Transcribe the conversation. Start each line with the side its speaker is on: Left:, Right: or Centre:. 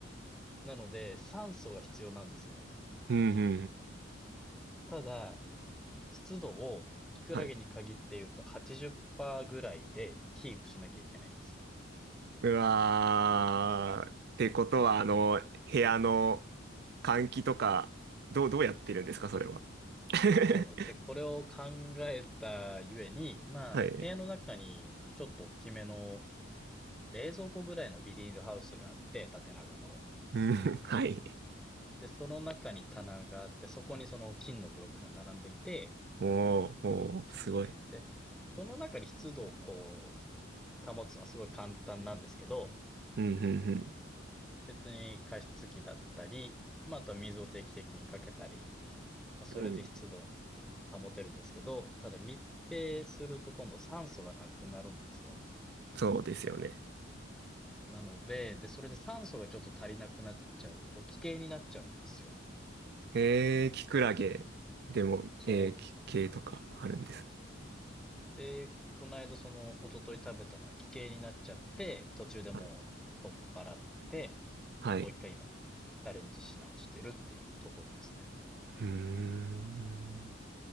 Centre: なので、酸素が必要なんですよ。
Right: うんうん。
Centre: ただ、湿度を、キクラゲに限って言うと80%
Right: はい
Centre: ぐらいでキープしなきゃいけないんですよ。
Right: うわー。ってことは、あの、部屋の換気とか、どう、どうやってるんですか、それは。<laughs>
Centre: そうなんです。で、これを考えたゆえに、まあ、
Right: はい。
Centre: 部屋の中にちょっと大きめの冷蔵庫ぐらいのビニールハウスがあって、縦長の。
Right: うん、はい。
Centre: で、その中に棚があって、そこにその金のブロックが並んでいて、
Right: おー、おー、すごい。
Centre: で、その中に湿度をこう、保つのはすごい簡単なんですけど、
Right: うん、うん、
Centre: 別に加湿器だったり、まあ、あとは水を定期的にかけたり、まあ、それで湿度
Right: うん。うん
Centre: を保てるんですけど、ただ密閉すると今度酸素がなくなるんですよ。
Right: そうですよね。
Centre: なので、で、それで酸素がちょっと足りなくなっちゃうと、奇形になっちゃうんですよ。
Right: えー、キクラゲでも、
Centre: そうなん。
Right: えー、き系とかあるんですね。
Centre: で、この間その、一昨日食べたのは奇形になっちゃって、途中でもう取っ払って、
Right: はい。はい。
Centre: もう一回今、チャレンジし直してるっていうところですね。
Right: うーん。